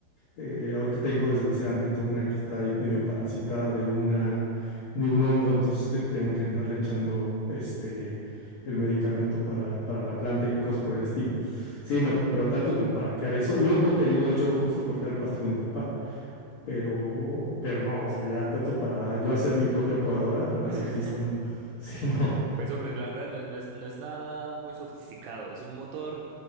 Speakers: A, on the left; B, on the right.
A: eh, ahorita tengo desgraciadamente una que está ahí medio parasitada de una de un hongo, entonces te- tengo que andarle echando este el medicamento para, para la planta y cosas por el estilo. Sí, no, pero tanto como para crear eso. Yo me acuerdo que de niño, de hecho, justo corté el pasto con mi papá, pero, pero no, o sea, ya tanto para yo hacer mi propia podadora, la verdad
B: <laughs>
A: es que sí está, un- <laughs> sí, no.
B: Fue sobre, la verdad, no, es, no es no es nada muy sofisticado. Es un motor